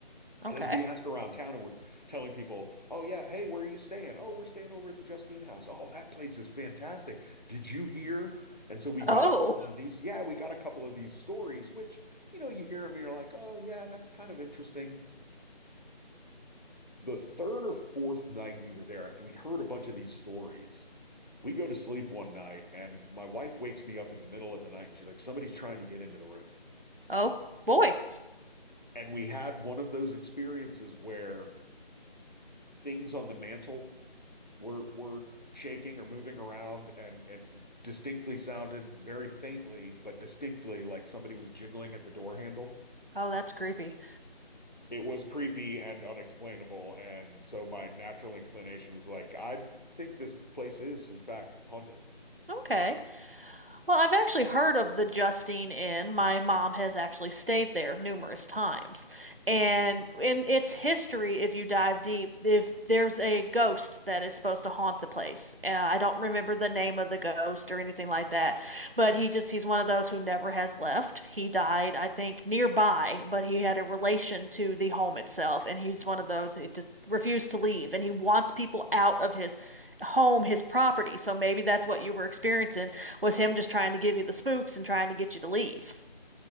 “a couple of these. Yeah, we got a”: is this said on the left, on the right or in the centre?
Left